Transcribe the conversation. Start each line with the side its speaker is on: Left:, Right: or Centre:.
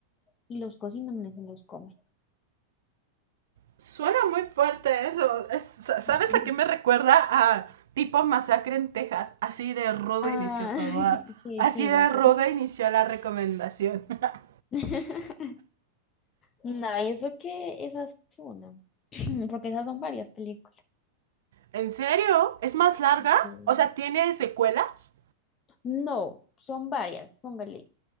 Left: y los cocinan y se los comen.
Right: Suena muy fuerte eso. Es- ¿Sabes
Left: <laughs>
Right: a qué me recuerda? A tipo masacre en Texas. Así de rudo
Left: Ah,
Right: inició todo.
Left: <laughs>
Right: a-
Left: sí,
Right: Así
Left: sí,
Right: de
Left: ya sé.
Right: ruda inició la recomendación. <laughs>
Left: <laughs> Nada, y eso que esa es una, <clears throat> porque esas son varias películas.
Right: ¿En serio? ¿Es más larga?
Left: Sí.
Right: O sea, ¿tiene secuelas?
Left: No, son varias, póngale.